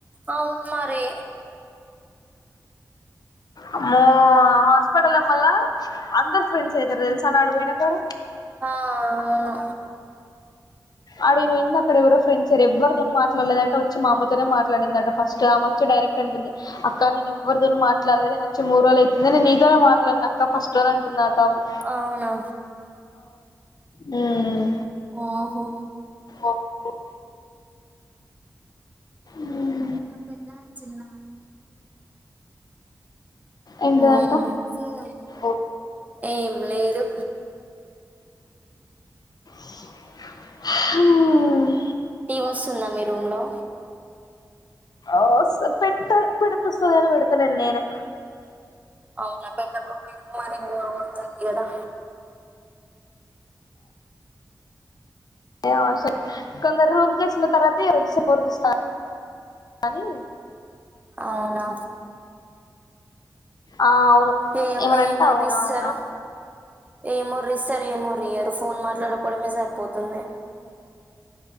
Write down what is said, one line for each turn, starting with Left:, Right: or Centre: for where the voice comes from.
Right: అవున్ మరీ
Left: అమ్మో హాస్పిటల్ల మళ్ళా అందరు ఫ్రెండ్స్ అయితారు తెల్సా నా ఆడికిపోయినకాడ
Right: ఆ అవును
Left: అడిగి పోయిందక్కడ ఎవరో ఫ్రెండ్స్ ఎవ్వరితోన్ మాట్లాడలేదట వచ్చి మా అమ్మ తోనే మాట్లాడిందట ఫస్ట్ ఆమెచ్ డైరెక్ట్ అంటుంది అక్క నేను ఎవరితోను మాట్లాడలే నేనొచ్చి మూడు రోజులైతుంది నేను నీతోనే మాట్లాడిన అక్క ఫస్ట్ అనంటుంది నాతో ఆమె
Right: అవునా
Left: మ్
Right: ఒ హో
Left: ఒ హో మ్
Right: ఈమె పెద్ద ఆమె చిన్నమే
Left: ఎంటిదంట
Right: ఊ
Left: ఓ
Right: ఏం లేదు
Left: హుమ్
Right: టీవోస్తుందా మీ రూమ్ లో
Left: ఒ స్ పెట్ట పెడితొస్తది కానీ పెడుతలేన్ నేనే
Right: అవునా పెట్టకపోయినవ్ మరి <unintelligible> కదా
Left: ఎం అవ్ సర్ కొందరూమ్ కొచ్చిన తర్వాత <unintelligible> ఒరిస్త కానీ
Right: అవునా
Left: ఆ అవును
Right: ఏం
Left: ఏమనంటే
Right: ఏం ఒరిస్తరు
Left: అవునా అవునా
Right: ఏమోరీస్తరు ఏమోరియ్యారు ఫోన్ మాట్లాడుకోవడమే సరిపో తుంది